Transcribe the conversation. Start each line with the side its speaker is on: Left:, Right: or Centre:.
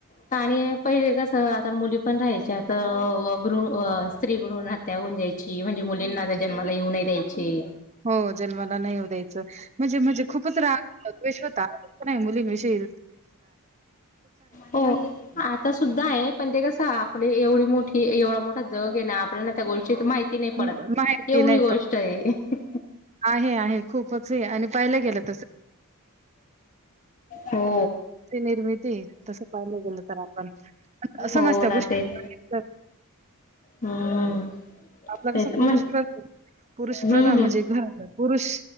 Left: पाणी पहिले कसं आंता मुली पणं राहांयच्या आंता भ स्त्री भ्रुण हांत्यां होऊंन जायंची म्हणजे मुलींना जन्मांला येऊं नाहीं द्यायची
Right: हो जन्मांला नाहींऊ द्यायचं म्हणजे म्हणजे खूपचं रागश्वतः नाहीं मुली विषयी
Left: हो आंता आंता सुद्धां आहे पणं ते कसं आपले एवढी मोठी एवढां मोठा जंग आहे नां आपल्याना त्यां गोष्टीं माहिती ती नाहीं
Right: म-
Left: पडतं
Right: माहिती
Left: एवढी
Right: नाही
Left: गोष्टं
Right: पण
Left: आहे
Right: आहे आहे खूपचं हे आणि पायला गेलं तरं
Left: हो.
Right: निर्मिती तसं पाहिलं गेलं तरं आपणं
Left: हो
Right: समजतं
Left: ना
Right: गोष्टं
Left: तेच हम्म
Right: आपलं
Left: ते
Right: कसं
Left: म्हण
Right: पुरुष करतो पुरुष
Left: हम्म
Right: प्रधान
Left: हम्म
Right: म्हणजे घरं पुरुष,